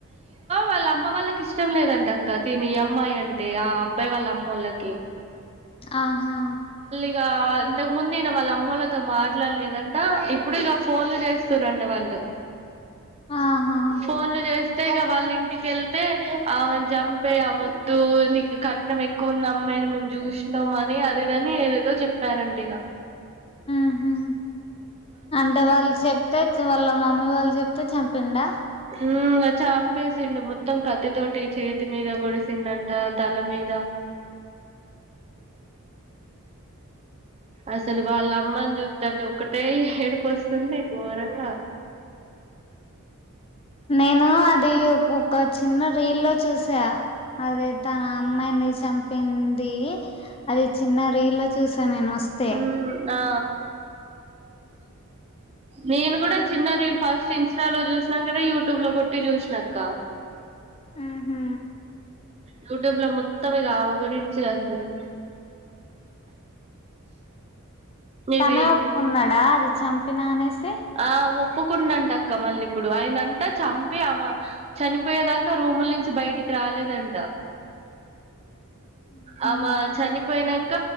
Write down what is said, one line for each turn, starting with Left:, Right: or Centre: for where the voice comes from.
Right: వాళ్ళ అమ్మ వాళ్ళకి ఇష్టం లేదంట అక్క తిని ఈ అమ్మాయి అంటే ఆ అబ్బాయి వాళ్ళ అమ్మల్లకి ఓకే
Left: ఆహా
Right: ఇగ ఇంతకు ముందు ఈయన వాళ్ళ అమ్మలతో మాట్లాడలేదంటా ఇప్పుడు ఇక ఫోన్లు చేస్తారంట వాళ్ళు
Left: ఆహా
Right: ఫోన్లు చేస్ వాళ్ళ ఇంటికిళ్తే ఆమెను చంపే ఆ మొద్దు నీకు కట్నం ఎక్కువ ఉన్న అమ్మా మేము చూసినం అని అదిదని ఏదేదో చెప్పారంట ఇగా
Left: ఉహు అంటే వాళ్ళు చెప్తే వాళ్ళ మమ్మీ వాళ్ళు చెప్తే చంపిండా
Right: ఉ చంపేసిండు మొత్తం కత్తితోటి చేతి మీద పొడిచిండంటా తలమీద అసలు వాళ్ళ అమ్మని చూస్తుంటే ఒకటే ఏడుపు వస్తుంది ఘోరంగా
Left: నేను అది ఒ ఒక చిన్న రీల్ లో చూసా అది తన అమ్మాయిని చంపింది అది చిన్న రీలో చూసాను నేను వస్తే
Right: ఉమ్ ఆ నేను కూడా చిన్న రీల్ ఫస్ట్ ఇన్స్టాలో చూసినంకనే యూట్యూబ్ లో కొట్టి చూసినక్క
Left: ఉహు
Right: యుట్యూబ్ లో మొత్తం ఇగా ఆమె గురించే అసలు ఇది
Left: తనే ఒప్పుకున్నాడా అది చంపిన అనేసి
Right: ఆ ఒప్పుకున్నాడంట అక్క మళ్ళీ ఇప్పుడు ఆయన అంట చంపి ఆమ చనిపోయేదాకా రూముల నుంచి బయటికి రాలేదంట
Left: ఉహు
Right: ఆమ చనిపోయినంక